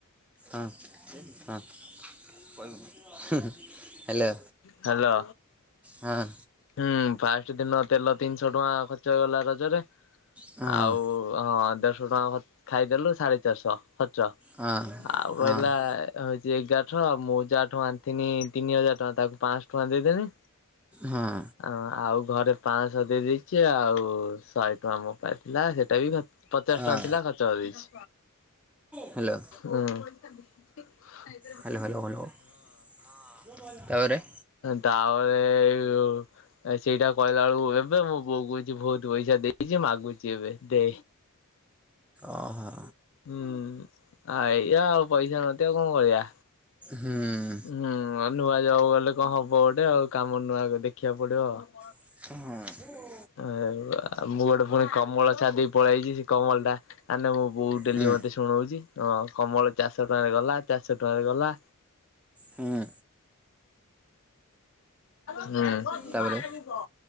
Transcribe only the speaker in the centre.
ହଁ ହଁ ହୁଁ ହେଲୋ।
ହଁ।
ହଁ
ହଁ
ହଁ
ହଁ।
ହଁ
ହ୍ୟାଲୋ ହ୍ୟାଲୋ
ହ୍ୟାଲୋ ହ୍ୟାଲୋ ହ୍ୟାଲୋ ତାପରେ
ଓହୋ।
ହୁଁ।
ହୁଁ।
ହୁଁ
ହୁଁ
ତାପରେ